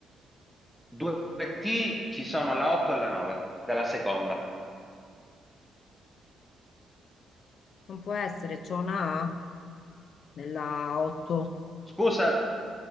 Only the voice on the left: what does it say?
Non può essere, c'è una A nella 8.